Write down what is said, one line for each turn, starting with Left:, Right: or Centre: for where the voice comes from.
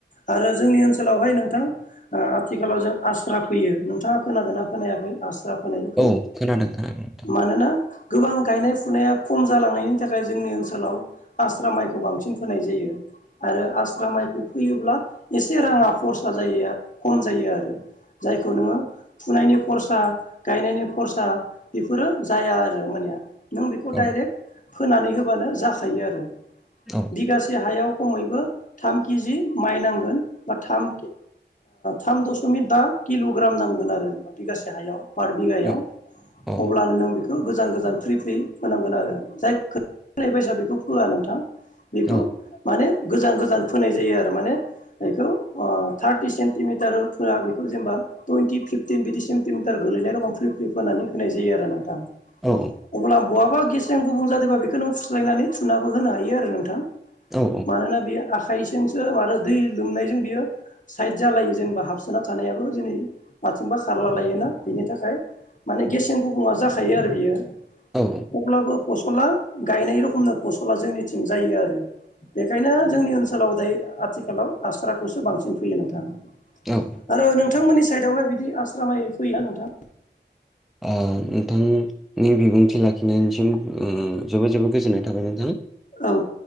Left: आरो जोंनि ओनसोलावहाय नोंथां आथिखालाव जों आस्रा फैयो नोंथाङा खोनादोंना खोनायाखै आस्रा फोनायखौ
Centre: खोनादों खोनादों। नोंथां
Left: मानोना गोबां गायनाय फुनाया खम जालांनायनि थाखाय जोंनि ओनसोलाव आस्रा माइखौ बांसिन फोनाय जायो आरो आस्रा माइखौ फोयोब्ला एसे राङा खरसा जायो खम जायो आरो। जायखौ नोङो फुनायनि खरसा गायनायनि खरसा बेफोरो जाया आरो मानया नों बेखौ डाइरेक्ट
Centre: औ
Left: फोनानै होबानो जाखायो आरो।
Centre: औ
Left: बिगासे हायाव खमैबो थाम केजि माइ नांगोन बा थाम थाम दशमिक बा किल'ग्राम नांगोन आरो जेनेबा बिगासे हायाव पार बिगायाव।
Centre: औ औ
Left: अब्लानो नों बेखौ गोजान गोजान फ्रि फ्रि फोनांगोन आरो जाय ख एभाइसा बेखौ फोया नोंथां। बेखौ
Centre: औ
Left: माने गोजान गोजान फोनाय जायो आरो माने बेखौ थार्टि सेन्टिमिटारफोरा बेखौ जेनेबा टुइनटि फिफटिन बिदि सेन्टिमिटार गोलैनाय रखम फ्रि फ्रि फोननानै होनाय जायो आरो नोंथां।
Centre: औ
Left: अब्ला बहाबा गेसें गुबुं जादोंबा बेखौ नों फुस्लायनानै थुाबो होनो हायो आरो नोंथां।
Centre: औ
Left: मानोना बेयो आखाइजोंसो आरो दै लोमनायजों बियो साइद जालायो जेनेबा हाबसोना थानायाबो जनै माथिंबा खारला लायोना बिनि थाखाय माने गेसें गुबुङा जाखायो आरो बियो
Centre: औ
Left: अब्लाबो फसला गायनाय रखमनो फसला जोंनिथिं जायो आरो। बेखायनो जोंनि ओनसोलाव दायो आथिखालाव आस्राखौसो बांसिन फैयो नोंथां।
Centre: औ
Left: आरो नोंथांमोननि साइडआवहाय बिदि आश्रामायै फैया नोंथा।
Centre: अ नोंथां नि बिबुंथि लाखिनायनिसिम जोबोद जोबोद गोजोननाय थाबाय नोंथां।
Left: औ